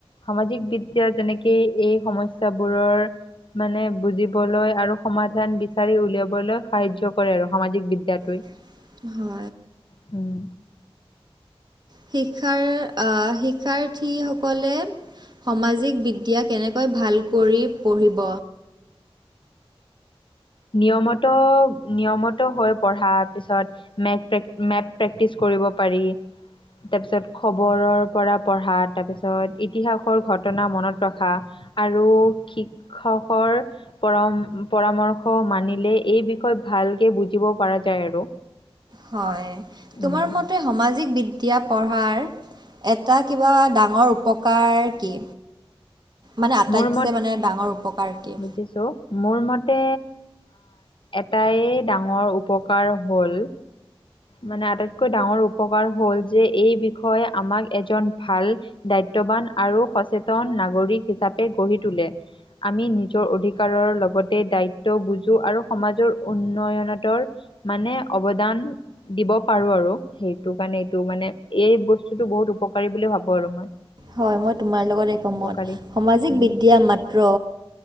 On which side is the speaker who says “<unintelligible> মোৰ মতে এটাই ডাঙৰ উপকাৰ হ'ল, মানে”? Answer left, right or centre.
Left